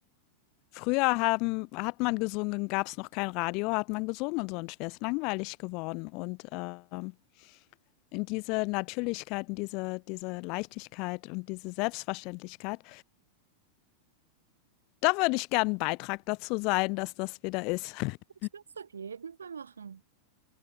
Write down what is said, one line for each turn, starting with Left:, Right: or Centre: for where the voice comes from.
Left: früher haben, hat man gesungen, gab es noch kein Radio, hat man gesungen, sonst wäre es langweilig geworden. Und ähm, in diese Natürlichkeit, in diese, diese Leichtigkeit und diese Selbstverständlichkeit. Da würde ich gerne einen Beitrag dazu sein, dass das wieder ist. <laughs>
Right: Das kannst du auf jeden Fall machen.